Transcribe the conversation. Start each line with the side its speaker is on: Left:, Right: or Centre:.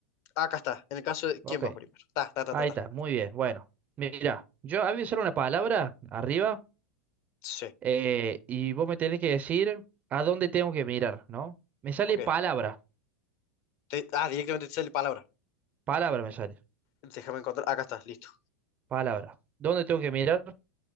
Left: Acá está. En el caso de ¿quién
Right: Ok,
Left: va primero? Ta, ta, ta,
Right: ahí
Left: ta, ta.
Right: está, muy bien. Bueno, mira, yo había solo una palabra arriba
Left: Sí.
Right: eh, y vos me tenés que decir a dónde tengo que mirar, ¿no? Me sale
Left: Ok.
Right: palabra,
Left: Te- ah, directamente te sale palabra.
Right: palabra me sale,
Left: Déjame encontrar. Acá está, listo.
Right: palabra. ¿Dónde tengo que mirar?